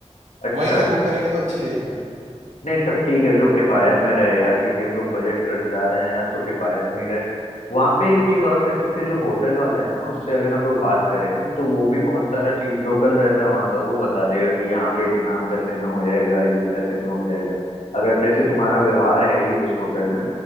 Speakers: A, on the left; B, on the right.
A: अच्छा
B: वहीं से
A: अच्छा
B: बुक करेंगे तो अच्छी रहेगी
A: नहीं तब ठीक है जो किफायत में रहे यार क्योंकि हम लोग बजट ट्रिप जा रहे हैं यार तो किफायत में ही रहे वहां पे एक चीज और कर सकते हैं जो होटल वाला है ना उससे अगर हम लोग बात करें ना तो वो भी बहुत सारा चीज लोकल रहता है वहाँ का वो बता देगा कि यहाँ पे इतना पैसे में हो जाएगा ये पैसे में हो जाएगा अगर जैसे तुम्हारा व्यवहार है ही उस होटल में